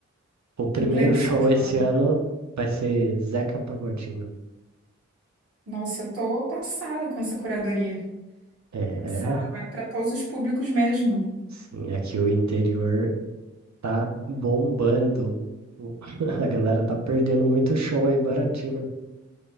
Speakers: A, on the right; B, on the right.
A: O primeiro
B: Em pleno
A: show
B: São
A: esse
B: João.
A: ano vai ser Zeca Pagodinho.
B: Nossa, eu tô passada com essa curadoria.
A: É,
B: Passada, vai para todos os públicos mesmo.
A: sim, aqui o interior tá bombando. O- <laughs> A galera tá perdendo muito show aí baratinho.